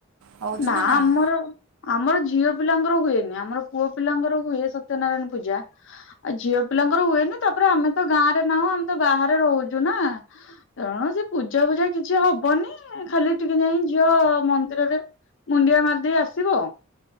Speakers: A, on the right; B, on the left.
A: ହେଉଛି
B: ନାଁ
A: ନା ନାହିଁ?
B: ଆମର ଆମର ଝିଅ ପିଲାଙ୍କର ହୁଏନି ଆମର ପୁଅ ପିଲାଙ୍କର ହୁଏ ସତ୍ୟ ନାରାୟଣ ପୂଜା। ଆଉ ଝିଅ ପିଲାଙ୍କର ହୁଏନି ତାପରେ ଆମେ ତ ଗାଁ ରେ ନାହୁଁ ଆମେ ତ ବାହାରେ ରହୁଛୁ ନା? ତ ସେ ପୂଜା ଫୂଜା କିଛି ହବନି ଖାଲି ଟିକେ ଯାଇ ଝିଅ ମନ୍ଦିର ମୁଣ୍ଡିଆ ମାରିଦେଇ ଆସିବ